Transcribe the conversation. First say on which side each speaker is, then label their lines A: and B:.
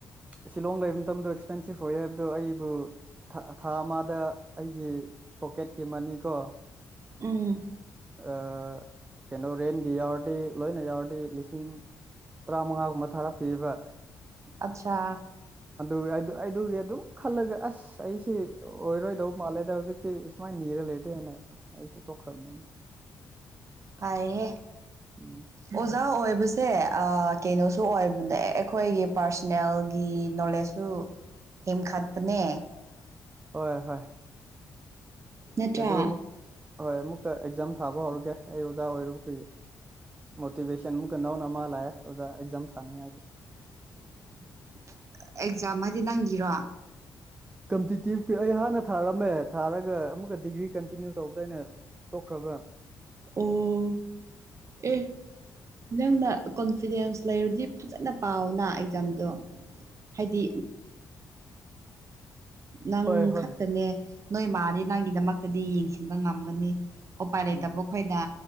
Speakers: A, on the right; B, on the right.
A: ꯁꯤꯂꯣꯡ ꯂꯩꯕ ꯃꯇꯝꯗꯣ ꯑꯦꯛꯁꯄꯦꯟꯁꯤꯞ ꯑꯣꯏꯌꯦ ꯍꯥꯏꯕꯗꯣ ꯑꯩꯕꯨ ꯊꯥ ꯑꯃꯗ ꯑꯩꯒꯤ ꯄꯣꯛꯀꯦꯠꯀꯤ ꯃꯅꯤ ꯀꯣ
B: ꯎꯝ
A: ꯑꯥ ꯀꯩꯅꯣ ꯔꯦꯟꯒꯤ ꯌꯥꯎꯔꯗꯤ ꯂꯣꯏꯅ ꯌꯥꯎꯔꯗꯤ ꯂꯤꯁꯤꯡ ꯇꯔꯥ ꯃꯉꯥꯒꯨꯝꯕ ꯊꯥꯔꯛꯄꯤꯕ
B: ꯑꯠꯆꯥ
A: ꯑꯗꯨ ꯑꯩꯒꯤ ꯑꯗꯨꯝ ꯈꯜꯂꯒ ꯑꯁ ꯑꯩꯁꯤ ꯑꯣꯏꯔꯣꯏꯗꯧꯕ ꯃꯥꯜꯂꯦꯗ ꯍꯧꯖꯤꯛ ꯇꯤ ꯁꯨꯃꯥꯏꯅ ꯅꯤꯔ ꯂꯩꯔꯗꯤꯅ ꯑꯩꯁꯨ ꯇꯣꯛꯈ꯭ꯔꯕꯅꯤ
B: ꯐꯩꯌꯦ
A: ꯎꯝ
B: ꯑꯣꯖꯥ ꯑꯣꯏꯕꯁꯦ ꯑꯥ ꯀꯩꯅꯣꯁꯨ ꯑꯣꯏꯕꯅꯦ ꯑꯩꯈꯣꯏꯒꯤ ꯄꯥꯔꯁꯅꯦꯜꯒꯤ ꯅꯣꯂꯦꯖ ꯁꯨ ꯍꯦꯟꯈꯠꯄꯅꯦ
A: ꯍꯣꯏ ꯍꯣꯏ
B: ꯅꯠꯇ꯭ꯔꯥ
A: ꯑꯗꯨ ꯑꯃꯨꯛ ꯍꯣꯏ ꯑꯃꯨꯛꯀ ꯑꯦꯛꯖꯥꯝ ꯊꯥꯕ ꯍꯧꯔꯒꯦ ꯑꯩ ꯑꯣꯖꯥ ꯑꯣꯏꯔꯨꯒꯦ ꯃꯣꯇꯤꯚꯦꯁꯟ ꯑꯃꯨꯛꯀ ꯅꯧꯅ ꯑꯃ ꯂꯥꯛꯑꯦ ꯑꯣꯖꯥ ꯑꯦꯛꯖꯥꯝ ꯊꯥꯅꯤꯡꯉꯥꯏꯒꯤ
B: <inaudible> ꯑꯦꯛꯖꯥꯝ ꯍꯥꯏꯗꯤ ꯅꯪꯒꯤꯔꯣ
A: ꯀꯝꯄꯤꯇꯤꯇꯤꯞꯀꯤ ꯑꯩ ꯍꯥꯟꯅ ꯊꯥꯔꯝꯃꯦ ꯊꯥꯔꯒ ꯑꯃꯨꯛꯀ ꯗꯤꯒ꯭ꯔꯤ ꯀꯟꯇꯤꯅ꯭ꯌꯨ ꯇꯧꯕꯗꯣ ꯑꯩꯅ ꯇꯣꯛꯈ꯭ꯔꯕꯥ
B: ꯑꯣ ꯑꯦ ꯅꯪꯅ ꯀꯣꯟꯐꯤꯗꯦꯟꯁ ꯂꯩꯔꯗꯤ ꯐꯖꯅ ꯄꯥꯎꯅ ꯑꯦꯛꯖꯥꯝꯗꯣ ꯍꯥꯏꯗꯤ ꯅꯪ
A: ꯍꯣꯏ ꯍꯣꯏ
B: ꯈꯛꯇꯅꯦ ꯅꯣꯏ ꯃꯥꯗꯤ ꯅꯪꯒꯤꯗꯃꯛꯇꯗꯤ ꯌꯦꯡꯁꯤꯟꯕ ꯉꯝꯒꯅꯤ ꯎꯄꯥꯏ ꯂꯩꯇꯕ
A: ꯎꯝ
B: ꯈꯣꯏꯅ